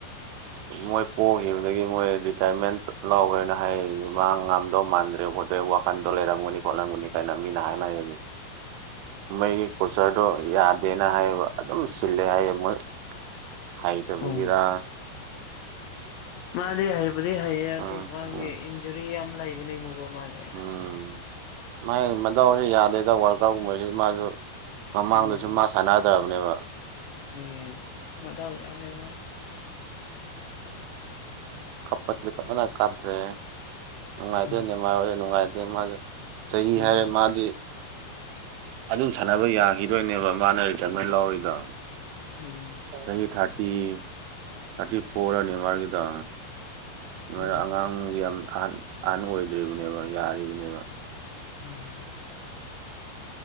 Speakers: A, on the right; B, on the left.
A: ꯃꯣꯏ ꯄꯣꯛꯈꯤꯕꯗꯒꯤ ꯃꯣꯏ ꯔꯤꯇꯥꯌꯔꯃꯦꯟ ꯂꯥꯎꯈ꯭ꯔꯦꯅ ꯍꯥꯏ ꯃꯥ ꯉꯝꯗꯧ ꯃꯥꯟꯗ꯭ꯔꯦ ꯈꯣ ꯋꯥꯈꯟꯗꯣ ꯂꯩꯔꯝꯒꯅꯤ ꯈꯣꯠꯂꯝꯒꯅꯤ ꯀꯥꯏꯅ ꯃꯤꯅ ꯍꯥꯏꯅ ꯂꯩꯔꯅꯤ ꯃꯣꯏꯒꯤ ꯀꯣꯆꯔꯗꯣ ꯌꯥꯗꯦꯅ ꯍꯥꯏꯌꯦꯕ ꯑꯗꯨꯝ ꯁꯤꯜꯂꯦ ꯍꯥꯏꯌꯦ ꯃꯣꯏ ꯍꯥꯏꯇꯕꯒꯦꯔ
B: ꯎꯝ ꯃꯥꯗꯤ ꯍꯩꯕꯨꯗꯤ ꯍꯩꯌꯦ
A: ꯎꯝ
B: ꯑꯣ ꯃꯥꯒꯤ
A: ꯎꯝ
B: ꯏꯟꯖꯨꯔꯤ ꯌꯥꯝ ꯂꯩꯕꯅꯤꯅꯀꯣ ꯃꯥꯗꯤ
A: ꯎꯝ
B: ꯑꯁ
A: ꯃꯥꯥꯏ ꯃꯗꯥꯎꯁꯨ ꯌꯥꯗꯦꯗ ꯋꯥꯔꯜꯀꯞꯀꯨꯝꯕꯁꯤ ꯃꯥꯁꯨ ꯃꯃꯥꯡꯗꯁꯨ
B: ꯎꯝ
A: ꯃꯥ ꯁꯥꯟꯅꯗ꯭ꯔꯕꯅꯦꯕ
B: ꯎꯝ ꯃꯗꯥ ꯌꯥꯗꯃ
A: ꯀꯄ ꯀꯥꯞꯗ꯭ꯔꯦꯅꯨꯡꯉꯥꯏꯗ
B: ꯎꯝ
A: ꯅꯨꯡꯉꯥꯏ ꯅꯨꯡꯉꯥꯏꯇꯦ ꯃꯥꯁꯦ ꯆꯍꯤ
B: ꯎꯝ
A: ꯍꯥꯏꯔꯦ ꯃꯥꯗꯤ ꯑꯗꯨꯝ ꯁꯥꯟꯅꯕ ꯌꯥꯈꯤꯗꯣꯏꯅꯦꯕ ꯃꯥꯅ ꯔꯤꯇꯔꯃꯦꯟ ꯂꯧꯔꯤꯗꯣ
B: ꯎꯝ
A: ꯅꯪꯒꯤ ꯊꯥꯔꯇꯤ ꯊꯥꯔꯇꯤ ꯐꯣꯔ ꯔꯅꯦ ꯃꯥꯒꯤꯗꯣ ꯅꯣꯢ
B: ꯎꯝ
A: ꯑꯉꯥꯡ ꯌꯥꯝ ꯑꯍꯥꯟ ꯑꯣꯏꯗ꯭ꯔꯤꯕꯅꯦꯕ ꯌꯥꯔꯤꯕꯅꯦꯕ
B: ꯎꯝ